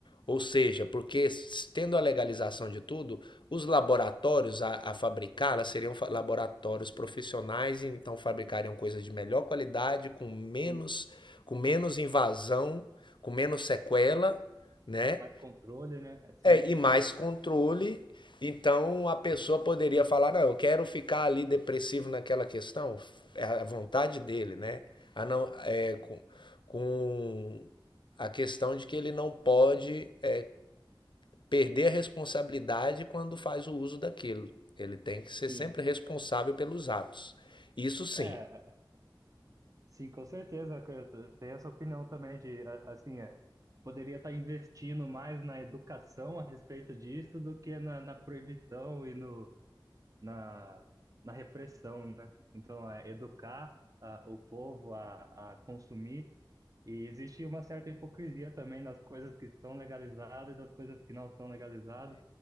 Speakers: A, on the left (about 70°); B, on the right (about 45°).
A: Ou seja, porque tendo a legalização de tudo, os laboratórios a, a fabricá-la seriam laboratórios profissionais, e então fabricariam coisas de melhor qualidade, com menos
B: Sim,
A: com menos invasão, com menos sequela, né?
B: mais controle, né? Assim.
A: É, e mais controle. Então a pessoa poderia falar: não, eu quero ficar ali depressivo naquela questão. É a vontade dele, né? A não, é, com, com a questão de que ele não pode é, perder a responsabilidade quando faz o uso daquilo. Ele tem que ser
B: Sim,
A: sempre responsável pelos atos. Isso sim,
B: é, sim, com certeza. eu Tenho essa opinião também de, a- assim, é, poderia estar investindo mais na educação a respeito disso do que na, na proibição e no, na, na repressão, né? Então, é educar ah, o povo a, a consumir. E existe uma certa hipocrisia também nas coisas que estão legalizadas e das coisas que não são legalizadas.